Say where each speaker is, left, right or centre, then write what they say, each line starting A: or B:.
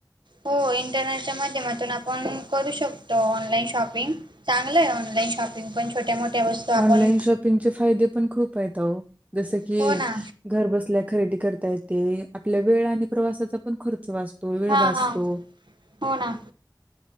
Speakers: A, on the right; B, on the right.
A: हो इंटरनेटच्या माध्यमातून आपण करू शकतो ऑनलाईन शॉपिंग चांगलंय ऑनलाईन शॉपिंग पण छोट्या मोठ्या वस्तू आपण
B: ऑनलाईन शॉपिंगचे फायदे पण खूप आहेत अहो जसं की
A: हो ना
B: घर बसल्या खरेदी करता येते आपल्या वेळ आणि प्रवासाचा पण खर्च वाचतो वेळ
A: हा
B: वाचतो
A: हा हो ना